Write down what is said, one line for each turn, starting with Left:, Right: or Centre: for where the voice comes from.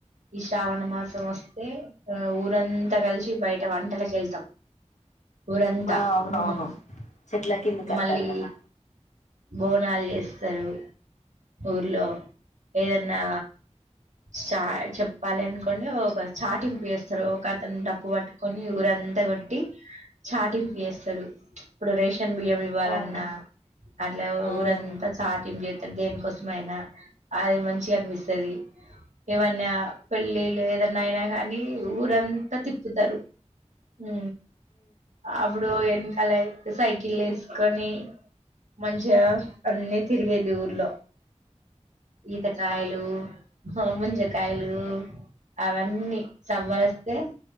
Right: ఈ శ్రావణ మాసం వస్తే ఆ ఊరంతా కలిసి బయట వంటలక వెళ్తాం ఊరంతా
Left: ఆ అవునవును
Right: ఉమ్,
Left: చెట్ల కిందికి అంటారు
Right: మళ్ళీ
Left: కదా
Right: బోనాలు చేస్తారు ఊర్లో ఏదన్నా చా చెప్పాలి అనుకోండి ఒక చాటింపు వేస్తారు ఒక అతను డప్పు పట్టుకొని ఊర అంతా కొట్టి చాటింపు చేస్తాడు ఇప్పుడు రేషన్ బియ్యం ఇవ్వాలన్నా
Left: అవును
Right: అట్లా
Left: ఉమ్
Right: ఊరంతా చాటింప్ చేస్తారు దేనికోసం అయినా అది మంచిగా అనిపిస్తది ఏమన్నా పెళ్ళిళ్ళు ఏదన్నా అయినా కానీ ఊరంతా తిప్పుతారు ఉ అప్పుడు వెనకాల సైకిల్ ఏసు కోని మంచిగా అన్ని తిరిగేది ఊర్లో ఈతకాయలు,
Left: అవును
Right: మంజకాయలు అవన్నీ సమ్మర్ వస్తే